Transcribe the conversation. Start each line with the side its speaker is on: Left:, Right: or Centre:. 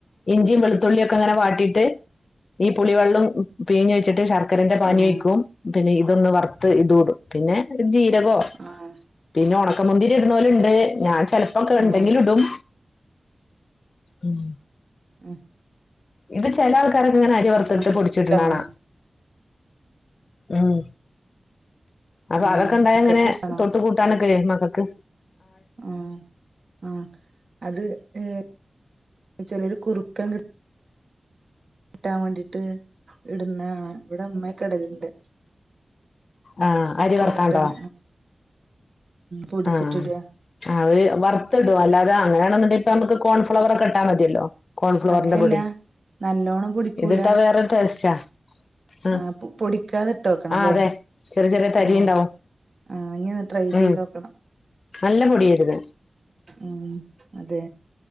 Left: ഇഞ്ചി വെളു തുള്ളിയൊക്കെങ്ങനെ വാട്ടീട്ട് ഈ പുളി വെള്ളം പിഴിഞ്ഞ് വെച്ചിട്ട് ശർക്കരന്റെ പാനി
Right: ആഹ്
Left: ഒഴിക്കും പിന്നെ ഇതൊന്ന് വറുത്ത് ഇതു ഇടും പിന്നെ ജീരകോ
Right: ആഹ്
Left: പിന്നെ ഉണ ഉണക്കമുന്തിരി ഇടുന്നവരുണ്ട് ഞാൻ ചിലപ്പോക്കെ ഇണ്ടെങ്കില്
Right: ആഹ്
Left: ഇടും ഉം
Right: ഉം
Left: ഇത് ചില ആൾക്കാരൊക്കെ ഇങ്ങനെ അരി വറുത്തിട്ട്
Right: മക്കക്ക്
Left: പൊടിച്ചിട്ടിട
Right: ഇഷ്ടാണോ
Left: കണാ ഉം അപ്പൊ
Right: ആഹ്
Left: അതൊക്കെ ഉണ്ടായ
Right: മക്കക്ക്
Left: അങ്ങനെ
Right: ഇഷ്ടാണോ
Left: തൊട്ട് കൂട്ടാനൊക്കെല്ലേ മക്കൾക്ക്
Right: ആ ആ അത് ഏ ചെറിയരു കുറുക്കൻ കിട്ട കിട്ടാൻ വേണ്ടിട്ട് ഇടുന്ന ഇവിടെ അമ്മക്കെടലുണ്ട്
Left: ആ അരി വർക്കാണ്ടോ
Right: കിട്ടാൻ പൊടിച്ചിട്ട്
Left: ആ
Right: ഇടുക
Left: അവര് വറുത്തിടും അല്ലാതെ അങ്ങനെയാണെന്നിണ്ടല് അപ്പം നമുക്ക് കോൺഫ്ലവർക്കെ ഇട്ടാ മതില്ലോ കോൺഫ്ലോറിന്റെ
Right: അങ്ങനെയല്ല
Left: പൊടി
Right: നല്ലോണം പൊടിക്കൂല
Left: ഇതിട്ടാ വേറൊരു ടേസ്റ്റാ ആ
Right: ആഹ് പൊ പൊടിക്കാതെ ഇട്ട് നോക്കണം
Left: ആ
Right: അല്ലേ
Left: അതെ ചെറിയ ചെറിയ തരി
Right: ആഹ്
Left: ഇണ്ടാവും
Right: ആഹ് ഇനി ഒന്ന് ട്രൈ
Left: ഉം
Right: ചെയ്ത് നോക്കണം
Left: നല്ല പൊടിരുത്
Right: ഉം അതെ